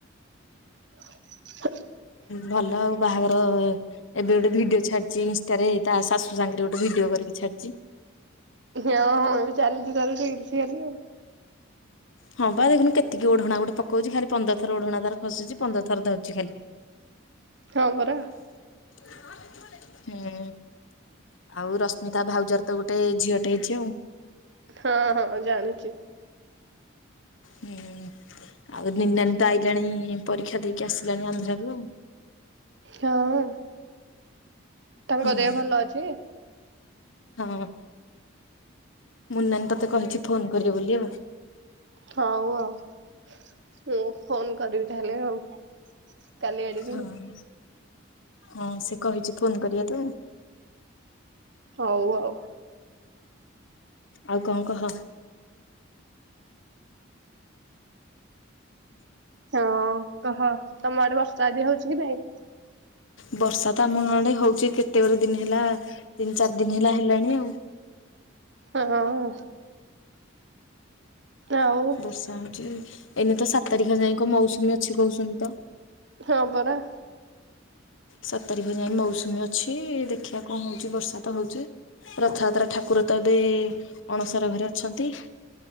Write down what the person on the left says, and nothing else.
ଭଲ ଆଉ ବାହାଘର ଏବେ ଗୋଟେ ଭିଡିଓ ଛଡିଚି ଇନଷ୍ଟାରେ ତା ଶାଶୁ ସାଙ୍ଗେରେ ଗୋଟେ ଭିଡିଓ କରିକି ଛାଡିଚି।
ହଁ ପା ଦେଖୁନୁ କେତିକି ଓଢଣା ଗୋଟେ ପକଉଚି। ଖାଲି ପନ୍ଦର ଥର ଓଢଣା ତାର ଖସୁଚି ପନ୍ଦର ଥର ଧରୁଚି ଖାଲି।
ହୁଁ। ଆଉ ରଶ୍ମିତା ଭାଉଜର ତ ଗୋଟେ ଝିଅଟେ ହେଇଚି ଆଉ।
ହୁଁ। ଆଉ ନିନି ନାନୀ ତ ଆଇଲାଣି ପରୀକ୍ଷା ଦେଇକି ଆସିଲାଣି ଆନ୍ଧ୍ରରୁ ଆଉ।
ହୁଁ।
ହଁ। ମୁନି ନାନୀ ତୋତେ କହିଛି ଫୋନ କରିବେ ବୋଲି ଆଉ।
ହଁ। ହଁ ସେ କହିଛି ଫୋନ କରିବା ପାଇଁ।
ଆଉ କଣ କହ?
ବର୍ଷା ତ ଆମ ଆଡ଼େ ହଉଛି କେତେ ଗୁରେ ଦିନ ହେଲା ତିନି ଚାରି ଦିନ ହେଲା ହେଲାଣି ଆଉ।
ବର୍ଷା ହଉଛି। ଏଇନେ ତ ସାତ ତାରିଖ ଯାଏ କଣ ମୌସୁମୀ ଅଛି କହୁଚନ୍ତି ତ।
ସାତ ତାରିଖ ଯାଏ ମୌସୁମୀ ଅଛି। ଦେଖିବା କଣ ହଉଛି ବର୍ଷା ତ ହଉଛି। ରଥଯାତ୍ରା ଠାକୁର ତ ଏବେ ଅଣସର ଘରେ ଅଛନ୍ତି।